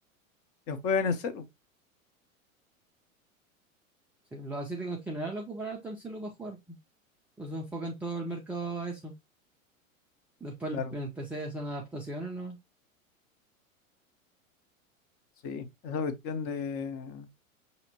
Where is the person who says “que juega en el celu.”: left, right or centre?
Left